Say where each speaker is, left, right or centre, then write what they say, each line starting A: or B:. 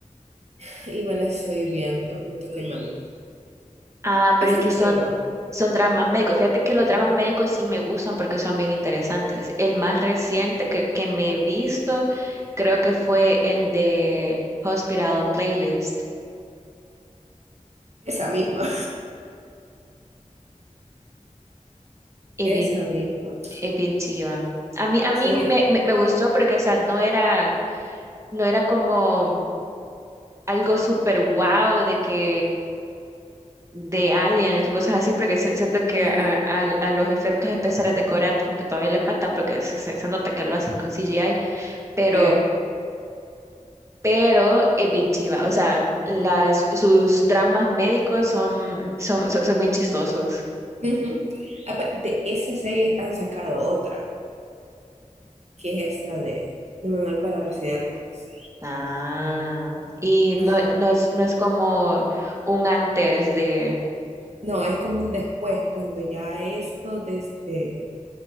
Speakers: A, on the right; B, on the right.
A: <laughs> Y me la estoy viendo junto con mi mami.
B: Ah, pero
A: Este
B: es que
A: chiva,
B: son, son dramas médicos. Fíjate que los dramas médicos sí me gustan porque son bien interesantes. El más reciente que, que me he visto creo que fue el de Hospital Playlist.
A: esa misma, <laughs>
B: Es
A: esa
B: bien,
A: misma.
B: es bien chiva. A mí, a mí
A: Sí,
B: me, me, me gustó porque, o sea, no era, no era como algo súper guau de que de aliens o cosas así, porque se- siento que
A: ujú,
B: a, a- a los efectos especiales de Corea como que todavía le falta, porque se, se- nota que lo hace con CGI, pero,
A: sí.
B: pero es bien chiva, o sea, las, sus dramas médicos son, son, son, son bien chistosos.
A: ujú. Ah, pues, De esa serie han sacado otra, que es esta de, de Manual para Residentes.
B: Ah, y no,
A: Ajá.
B: no es, no es como un antes de...
A: No, es como un después, cuando ya esto de, de, de,